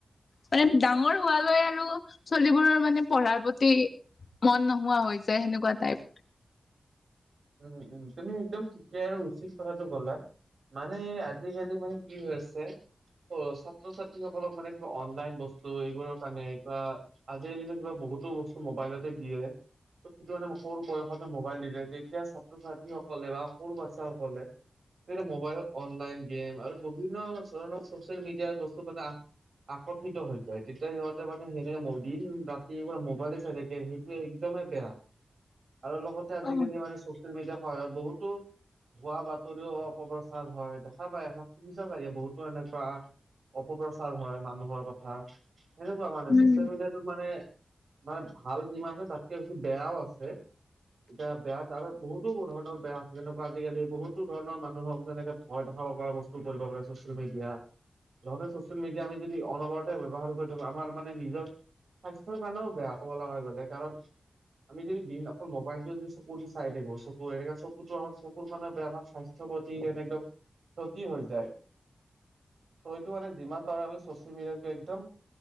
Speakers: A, on the left; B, on the right.
A: মানে ডাঙৰ হোৱালৈ আৰু চলিবোৰৰ মানে পঢ়াৰ প্ৰতি মন নোহোৱা হৈ যায় সেনেকুৱা টাইপ।
B: উম উম তুমি একদম ঠিকে আৰু উচিত কথাটো ক'লা। মানে আজিকালি মানে কি হৈ আছে অ' ছাত্ৰ ছাত্ৰীসকলক মানে কিবা অনলাইন বস্তু এইবোৰৰ কাৰণে কিবা আজিকালিতো কিবা বহুতো বস্তু মোবাইলতে দিয়ে, ত' সেইটো কাৰনে সৰু বয়সতে মোবাইল ৰিলেটেড এতিয়া ছাত্ৰ ছাত্ৰীসকলে বা সৰু বাচ্ছাসকলে য়া মোবাইল অনলাইন গে'ম আৰু বিভিন্ন ধৰণৰ চচিয়েল মিডিয়াৰ বস্তু মানে আকৰ্ষিত হৈ যায়, তেতিয়া সিহঁতে মানে হেনেকে দিন ৰাতিপুৱা মোবাইলে চাই থাকে। সেই একদমেই বেয়া, আৰু লগতে আজিকালি
A: অ
B: মানে চচিয়েল মিডিয়া সহায়ত বহুতো হোৱা বাতৰিওঁ অপপ্ৰচাৰ হয়, দেখা পায় আছা, শুনিছা চাগে বহুতো এনেকুৱা অপপ্ৰচাৰ হয় মানুহৰ কথা সেনেকুৱা মানে,
A: উম
B: চচিয়েল মিডিয়াটোত মানে মানে ভাল যিমান আছে তাত- বেয়াও আছে, এতিয়া বেয়া ত' বহুতো ধৰণৰ বেয়া আছে, যেনেকুৱা আজিকালি বহুতো ধৰণৰ মানুহক যেনেকে ভয় দেখাব পৰা বস্তু টো কৰিব পাৰে ছচিয়েল মিডিয়া ইহ'তে ছচিয়েল মিডিয়া আমি যদি অনবৰতে ব্যৱহাৰ কৰি থাকো আমাৰ মানে নিজৰ স্বাস্থ্যৰ কাৰণেও বেয়া ক'ব লগা গ'লে, কাৰণ আমি যদি অকল মবাইল কৰি চাই থাকো, চকুৰ এ চকুটো আমাৰ চকুৰ কাৰনে বেয়া, স্বাস্থ্যৰ প্ৰতি একদম ক্ষতি হৈ যায়, তইটো মানে যিমান পাৰো আমি চচিয়েল মিডিয়াক একদম